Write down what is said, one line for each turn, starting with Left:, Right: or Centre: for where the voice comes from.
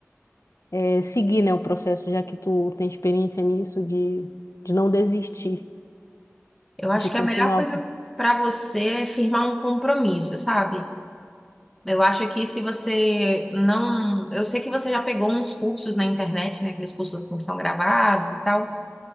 Left: eh, seguir, né, o processo, já que tu tem experiência nisso, de, de não desistir,
Centre: Eu acho
Left: de continuar?
Centre: que a melhor coisa para você é firmar um compromisso, sabe? Eu acho que se você não. Eu sei que você já pegou uns cursos na internet, né? Aqueles cursos assim que são gravados e tal.